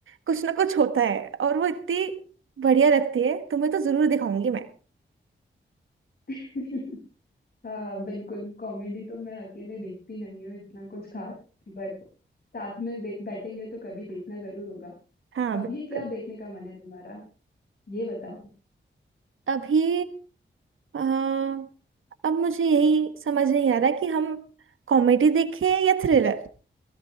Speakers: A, on the right; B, on the left.
A: कुछ ना कुछ होता है और वो इतनी बढ़िया लगती है तुम्हें तो जरूर दिखाऊंगी मैं
B: हाँ <laughs> हाँ हाँ, बिल्कुल कॉमेडी तो मैं अकेले देखती नहीं हूँ इतना कुछ खास बट साथ में दे- बैठेंगे तो कभी देखना जरूर होगा
A: हाँ
B: अभी
A: बिल्कुल
B: क्या देखने का मन है तुम्हारा ये बताओ
A: अभी अ, अब मुझे यही समझ नहीं आ रहा कि हम कॉमेडी देखें या थ्रिलर